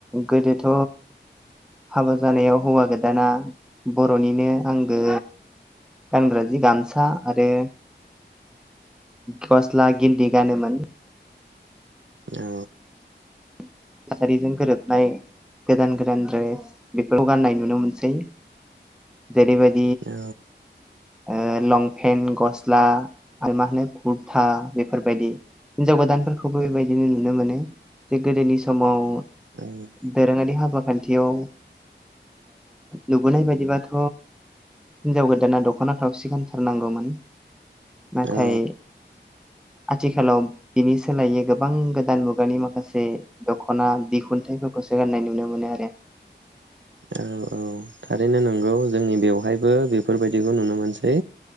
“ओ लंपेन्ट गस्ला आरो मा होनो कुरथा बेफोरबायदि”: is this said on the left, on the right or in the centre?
Centre